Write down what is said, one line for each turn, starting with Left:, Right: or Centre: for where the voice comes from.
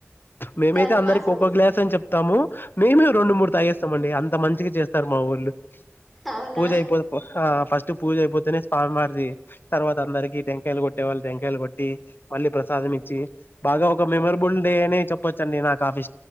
Left: మేమైతే
Centre: చాలా
Left: అందరికొకొ
Centre: మా సైడ్
Left: గ్లాసని చెప్తాము మేమే రెండు మూడ్ తాగేస్. ఇస్తమండి అంత మంచికి చేస్తారు మా వోళ్ళు.
Centre: అవునా
Left: పూజయిపో పో హ పస్టు పస్ట్ పూజయిపోతేనే స్పాన్ మారిది. తర్వాతందరికి టెంకాయల్ గొట్టే వాళ్ళ్ టెంకాయలు గొట్టి మళ్ళీ ప్రసాదమిచ్చి బాగా ఒక మెమరబుల్ డే అని చెప్పొచ్చండి నాకాఫె.